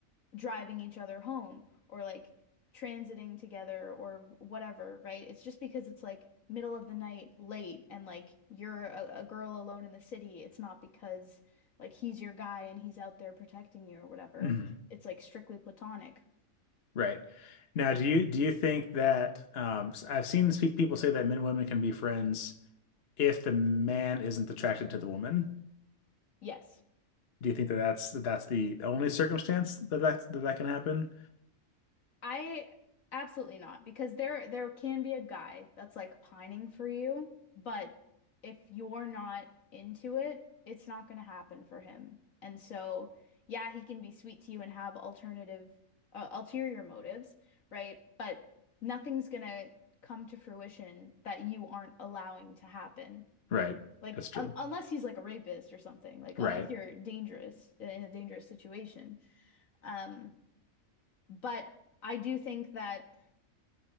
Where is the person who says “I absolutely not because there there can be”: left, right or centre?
Left